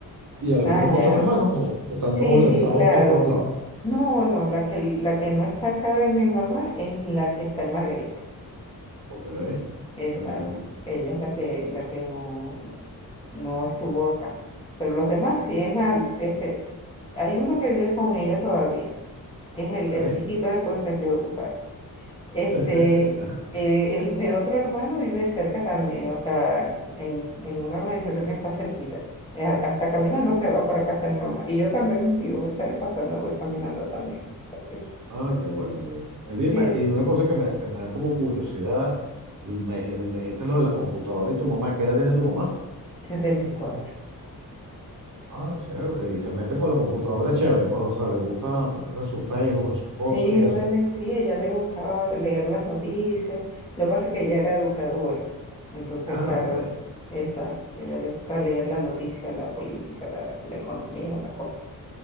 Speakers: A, on the right; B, on the left.
A: y algunos
B: ah, ya.
A: otros hermanos, o, o están
B: Sí,
A: todos
B: sí,
A: lanzados
B: claro.
A: por todos lados.
B: No, no, la que, la que no está acá de mi mamá es la que está en Margarita.
A: Ok, ok,
B: Exacto.
A: entiendo.
B: Ella es la que, la que no, no estuvo acá. Pero los demás
A: Está
B: sí,
A: bien,
B: es más, este, hay uno que vive con ella todavía, que es
A: Ok,
B: el, el chiquito del consentido, tú sabes. Este,
A: <laughs> ya,
B: eh, el, mi otro hermano vive cerca también, o sea, en, en una organización que está cerquita. Eh, a- Hasta
A: ok.
B: caminando se va para casa de mi mamá. Y yo también vivo cerca, o sea, me voy caminando también. O sea que,
A: Ah, qué bueno. Elin. Elin,
B: sí,
A: me- y una cosa que me, que me da como curiosidad, me, me dijiste lo de la computadora y tu mamá, ¿qué edad tiene tu mamá?
B: 74.
A: Ah, chévere. Y se mete con la computadora, chévere. Pues, o sea, le gusta meterse en su Facebook, en sus cosas
B: Sí,
A: y
B: vale,
A: eso.
B: sí, a ella le gustaba leer las noticias. Lo que pasa es que ella era educadora. Entonces,
A: Ah,
B: claro,
A: ok.
B: exacto, a ella le gusta leer la noticia, la política, la, la economía, la cosa.